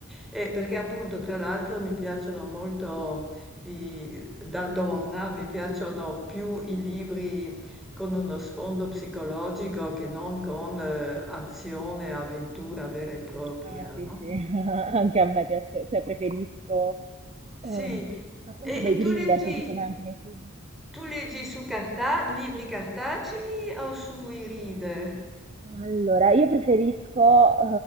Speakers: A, in the centre; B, on the right.
A: e perché appunto tra l'altro mi piacciono molto, i- da donna, mi piacciono più i libri con uno sfondo psicologico che non con eh, azione, avventura vera e propria,
B: Ah, sì,
A: no?
B: sì, <laughs> anche a me piace, cioè preferisco ehm,
A: Sì,
B: appunto
A: e,
B: dei
A: e tu
B: thriller,
A: leggi,
B: così come anche nei film.
A: tu leggi su carta, libri cartacei o sui reader?
B: Allora, io preferisco